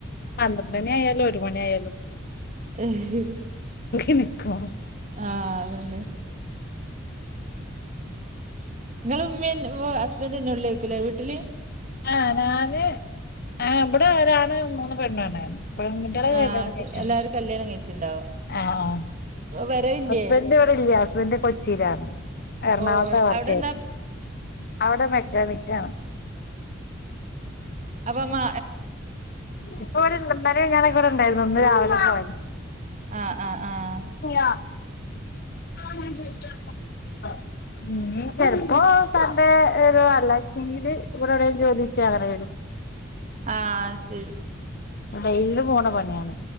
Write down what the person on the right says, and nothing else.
ഇഹ് ഹ്
ആഹ് അതന്നെ. ഇങ്ങളു ഉമ്മീം ഹസ്ബന്ന്ന്റ്റുംള്ലേകുല്ലേ വീട്ടില്.
ആഹ്
എല്ലാരും കല്യാണം കഴിച്ചിണ്ടാവും
വരവില്ലേ
ഓ
അവിടെ എന്താ
അപ്പമാ
ആഹ് ആഹ് ആഹ്.
അഹ് സെരി.